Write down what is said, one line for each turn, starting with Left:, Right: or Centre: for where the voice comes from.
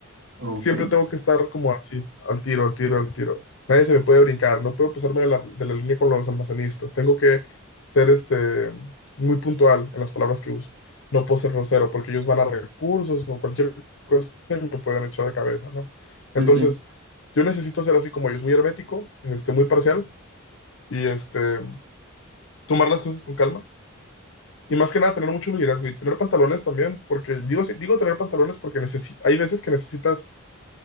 Right: Ok,
Left: siempre tengo que estar como así, al tiro, al tiro, al tiro. Nadie se me puede brincar, no puedo pasarme de la, de la línea con los almacenistas. Tengo que ser este, muy puntual en las palabras que uso. No puedo ser grosero porque ellos van a recursos o cualquier cosa y me pueden echar de cabeza, ¿no?
Right: sí,
Left: Entonces,
Right: sí,
Left: yo necesito ser así como ellos, muy hermético, este, muy parcial y este, tomar las cosas con calma. Y más que nada, tener mucho liderazgo y tener pantalones también, porque digo, digo tener pantalones porque necesi hay veces que necesitas